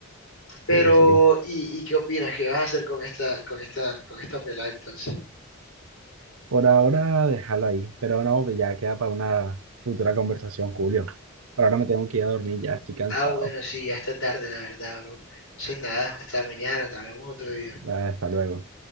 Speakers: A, on the left; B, on the right.
A: Pero,
B: Sí, sí.
A: ¿y, y qué opinas? ¿Qué vas a hacer con esta, con esta, con esta pelada entonces?
B: Por ahora, déjalo ahí, pero no, pues ya queda para una futura conversación, Julio. Por ahora me tengo que ir a dormir, ya estoy cansado.
A: Ah, bueno, sí, ya está tarde, la verdad, bro. Entonces nada, hasta mañana, te hablamos otro día.
B: Ah, Hasta luego.